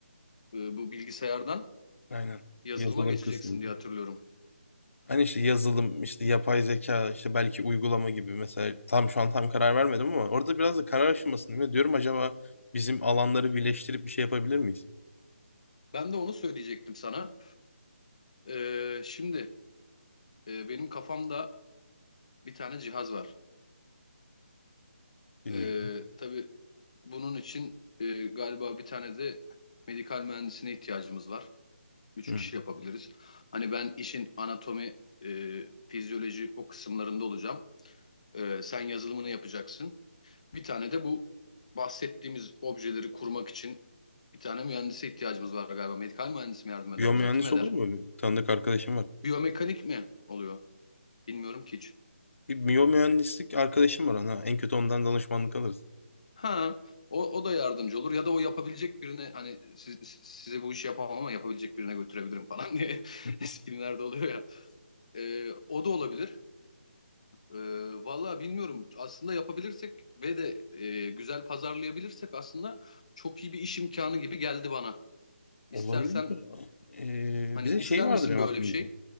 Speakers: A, on the left; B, on the left.
A: e, bu bilgisayardan
B: Aynen.
A: yazılıma
B: Yazılım
A: geçeceksin
B: kısmı.
A: diye hatırlıyorum.
B: Hani işte yazılım, işte yapay zeka, işte belki uygulama gibi mesela tam şu an tam karar vermedim ama orada biraz da karar aşamasındayım. ve Diyorum acaba bizim alanları birleştirip bir şey yapabilir miyiz?
A: Ben de onu söyleyecektim sana. Ee, şimdi Ee, benim kafamda bir tane cihaz var.
B: Dinliyorum.
A: Ee, tabii bunun için e, galiba bir tane de medikal mühendisine ihtiyacımız var. Üç
B: Hı.
A: kişi yapabiliriz. Hani ben işin anatomi, e, fizyoloji o kısımlarında olacağım. Ee, sen yazılımını yapacaksın. Bir tane de bu bahsettiğimiz objeleri kurmak için bir tane mühendise ihtiyacımız var galiba. Medikal mühendis mi yardım eder
B: Biyomühendis
A: bize? Kim eder?
B: olur mu? Bir tanıdık arkadaşım var.
A: Biyomekanik mi oluyor? Bilmiyorum ki hiç.
B: Bir biyomühendislik arkadaşım var ona. En kötü ondan danışmanlık alırız.
A: Ha, o, o da yardımcı olur ya da o yapabilecek birine hani siz, size bu işi yapamam ama yapabilecek birine götürebilirim falan diye <laughs>
B: <laughs>
A: eskilerde oluyor ya. Ee, o da olabilir. Ee, valla bilmiyorum aslında yapabilirsek ve de e, güzel pazarlayabilirsek aslında çok iyi bir iş imkanı gibi geldi bana. İstersen
B: Olabilir. Ee,
A: hani
B: bir de
A: ister
B: şey vardı
A: misin
B: benim
A: böyle
B: aklımda.
A: bir şey?